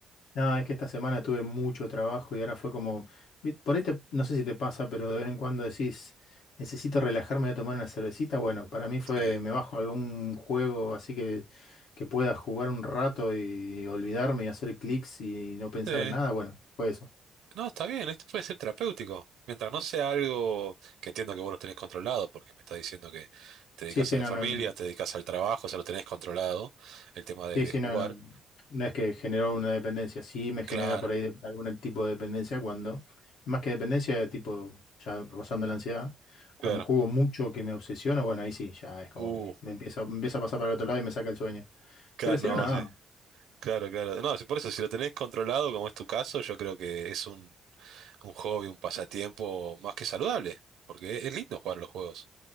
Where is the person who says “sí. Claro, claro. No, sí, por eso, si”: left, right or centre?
Right